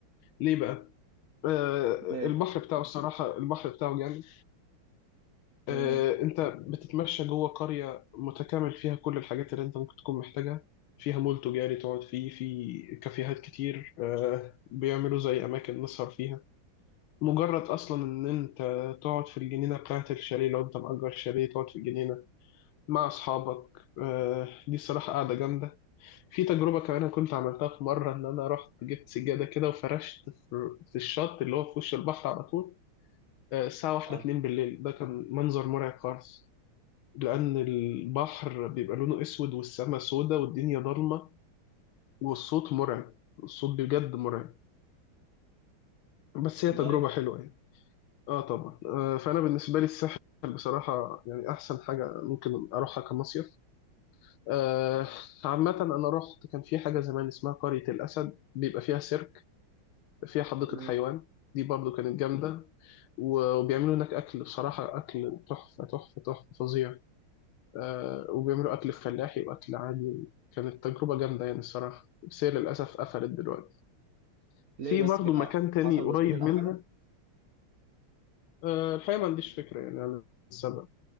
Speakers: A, on the left; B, on the right.
A: ليه بقى آه
B: ليه؟
A: البحر بتاعه الصراحة البحر بتاعه جامد
B: ايه
A: آه انت بتتمشى جوه قرية متكامل فيها كل الحاجات اللي انت ممكن تكون محتاجها فيها مول تجاري تقعد فيه في كافيهات كتير آه بيعملوا زي اماكن نسهر فيها مجرد اصلا ان انت تقعد في الجنينه بتاعت الشاليه لو انت مأجر شاليه تقعد في الجنينه مع أصحابك آه، دي الصراحة قاعدة جامدة في تجربة كمان أنا كنت عملتها في مرة إن أنا رحت جبت سجادة كده وفرشت في في الشط اللي هو في وش البحر على طول آه، الساعة واحدة
B: اه
A: اتنين بالليل ده كان منظر مرعب خالص لأن البحر بيبقى لونه أسود والسماء سودة والدنيا ضلمة والصوت مرعب الصوت بجد مرعب بس هي
B: والله
A: تجربة حلوة يعني آه طبعا آه، فأنا بالنسبة لي الساحل بصراحة يعني أحسن حاجة ممكن أروحها كمصيف آه، عامة أنا رحت كان في حاجة زمان اسمها قرية الأسد بيبقى فيها سيرك فيها حديقة
B: مم.
A: حيوان دي برضو كانت جامدة و- وبيعملوا هناك أكل بصراحة أكل تحفة تحفة تحفة فظيع آه، وبيعملوا أكل فلاحي وأكل عادي كانت تجربة جامدة يعني الصراحة بس هي للأسف قفلت دلوقتي
B: ليه
A: في
B: بس
A: برضو
B: كده
A: مكان تاني
B: حصل
A: قريب
B: مشاكل او
A: منها
B: حاجه؟
A: آه، الحقيقة ما عنديش فكرة يعني عن السبب